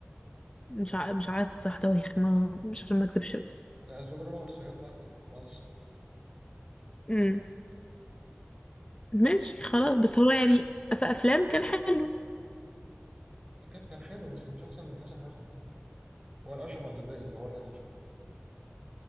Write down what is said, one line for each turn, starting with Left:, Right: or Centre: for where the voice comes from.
Left: مش ع... مش عارف الصراحة تواريخ ما مش عشان ما اكذبش بس
Right: لا الزجرة مع الصياد بعد ال... بعد الصياد
Left: امم ماشي خلاص بس هو يعني في أفلام كان حلو
Right: لا كان كان حلو بس مش أحسن من حسن حسني يعني. هو الأشرف عبد الباقي اللي هو ال11